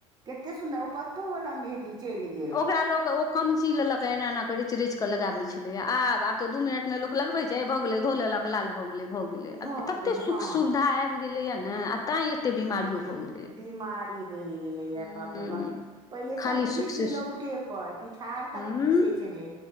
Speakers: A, on the right; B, on the left.
A: कते सुन्दर ओ पत्तो वाला मेहदी चल गेल
B: ता लोग <unintelligible> कम ची लेलक एना एना करिच रिच कऽ लगाबैय छलैए आब आब तऽ दू मिनट मे लोक लगबैत छै भऽ गेलै धो लेलक तक लाल भऽ गेलै भऽ गेलै आब
A: भऽ
B: ततेक
A: गेल
B: सुख
A: हँ
B: सुविधा आबि गेलैए ने तां एते बीमारियो भऽ गेल
A: बीमारी बढ़ि गेलै य
B: हूँ
A: बाप र बाप पहिले
B: खाली
A: सबचीज
B: सुख
A: सिलहुटे
B: से
A: पर पिठार तक
B: हूँ
A: पीसैत छलै